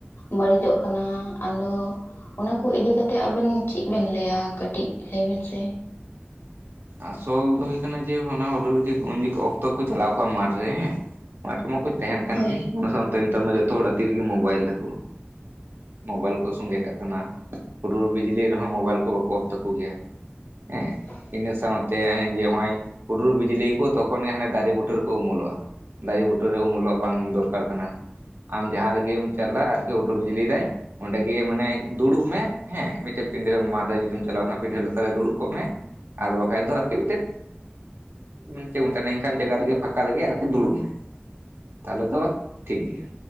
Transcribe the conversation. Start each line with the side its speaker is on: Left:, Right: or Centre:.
Left: ᱵᱟᱹᱲᱤᱡᱚᱜ ᱠᱟᱱᱟ ᱟᱫᱚ ᱚᱱᱟ ᱠᱚ ᱤᱫᱤ ᱠᱟᱛᱮᱜ ᱟᱵᱤᱱ ᱪᱮᱫ ᱵᱮᱱ ᱞᱟᱹᱭᱟ ᱠᱟᱹᱴᱤᱡ ᱞᱟᱹᱭ ᱵᱤᱱ ᱥᱮ
Right: ᱟᱥᱚᱞ ᱫᱚ ᱦᱩᱭᱩᱜ ᱠᱟᱱᱟ ᱡᱮ ᱦᱟᱱᱟ ᱦᱩᱰᱩᱨ ᱡᱮ ᱩᱱ ᱚᱠᱛᱚ ᱠᱚ ᱪᱟᱞᱟᱣ ᱠᱚᱜᱼᱟ ᱢᱟᱴᱷ ᱨᱮ ᱦᱮᱸ ᱢᱟᱴᱷ ᱨᱮᱢᱟᱠᱚ ᱛᱟᱦᱮᱱ ᱠᱟᱱ
Left: ᱦᱳᱭ
Right: ᱜᱮ ᱚᱱᱟ ᱥᱟᱶᱛᱮ ᱱᱮᱛᱟᱨ ᱢᱟ ᱡᱚᱛᱚ ᱦᱚᱲᱟᱜ ᱛᱤ ᱨᱮᱜᱮ ᱢᱳᱵᱟᱭᱤᱞ ᱛᱟᱠᱚ ᱢᱳᱚᱵᱟᱭᱤᱞ ᱠᱚ ᱥᱚᱸᱜᱮ ᱠᱟᱜ ᱠᱟᱱᱟ ᱦᱩᱰᱩᱨ ᱵᱤᱡᱽᱞᱤ ᱨᱮᱦᱚᱸ ᱢᱳᱚᱵᱟᱭᱤᱞ ᱠᱚ ᱵᱟᱠᱚ ᱚᱯᱷ ᱛᱟᱠᱚ ᱜᱮᱭᱟ ᱦᱮᱸ
Left: <inaudible>
Right: ᱤᱱᱟᱹ ᱥᱟᱶᱛᱮ ᱡᱮ ᱱᱚᱜᱚᱭ ᱦᱩᱰᱩᱨ ᱵᱤᱡᱽᱞᱤ ᱠᱚ ᱛᱚᱠᱷᱚᱱ ᱜᱮ ᱦᱟᱱᱮ ᱫᱟᱨᱮ ᱵᱩᱴᱟᱹ ᱨᱮ ᱠᱚ ᱩᱢᱩᱞᱚᱜᱼᱟ ᱫᱟᱨᱮ ᱵᱩᱴᱟᱹᱨᱮ ᱩᱢᱩᱞᱚᱜ ᱵᱟᱝ ᱫᱚᱨᱠᱟᱨ ᱠᱟᱱᱟ ᱟᱢ ᱡᱟᱦᱟᱸ ᱨᱮᱜᱮᱢ ᱪᱟᱞᱟᱜ ᱟᱨ <inaudible> ᱵᱤᱡᱽᱞᱤ ᱫᱟᱭ ᱚᱸᱰᱮᱜ ᱜᱮ ᱢᱟᱱᱮ ᱫᱩᱲᱩᱵ ᱢᱮ ᱦᱮᱸ ᱢᱤᱫᱴᱮᱡ ᱯᱤᱰᱷᱟᱹ ᱢᱟᱴᱷ ᱨᱮ ᱡᱩᱫᱤᱢ ᱪᱟᱞᱟᱣ ᱠᱷᱟᱱ ᱯᱤᱰᱷᱟᱹ ᱞᱟᱛᱟ ᱨᱮ ᱫᱩᱲᱩᱵ ᱠᱚᱜ ᱢᱮ ᱟᱨ ᱵᱟᱠᱷᱟ ᱫᱚ ᱟᱨᱠᱤ ᱢᱤᱫᱴᱮᱱ ᱢᱟᱱ ᱪᱮᱫ ᱢᱮᱱᱟ ᱮᱱᱠᱟᱱ ᱡᱟᱭᱜᱟ ᱨᱮᱜᱮ ᱯᱷᱟᱠᱟ ᱨᱮᱜᱮ ᱟᱨᱠᱤ ᱱᱩᱨᱩᱵ ᱢᱮ ᱛᱟᱦᱚᱞᱮ ᱫᱚ ᱴᱷᱤᱠ ᱜᱮᱭᱟ